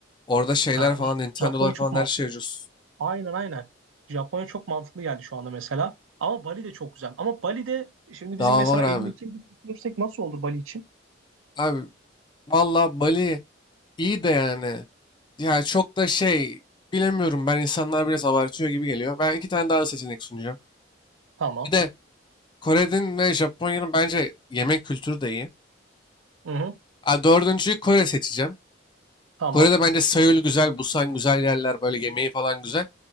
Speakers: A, on the left (about 25°); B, on the right (about 80°).
A: Orada şeyler
B: Ha,
A: falan, Nintendo'lar
B: Japonya
A: falan
B: çok mantıklı.
A: her şey ucuz.
B: Aynen aynen. Japonya çok mantıklı geldi şu anda mesela. Ama Bali de çok güzel. Ama Bali'de şimdi bizim
A: Daha
B: mesela
A: var abi.
B: Eylül Ekim gibi düşünürsek nasıl olur Bali için?
A: Abi valla Bali iyi de yani. Yani çok da şey bilemiyorum ben insanlar biraz abartıyor gibi geliyor. Ben iki tane daha seçenek sunacağım.
B: Tamam.
A: Bir de Kore'nin ve Japonya'nın bence yemek kültürü de iyi.
B: Hı hı.
A: Ha, dördüncüyü Kore seçeceğim.
B: Tamam.
A: Kore'de bence Seul güzel, Busan güzel yerler böyle yemeği falan güzel.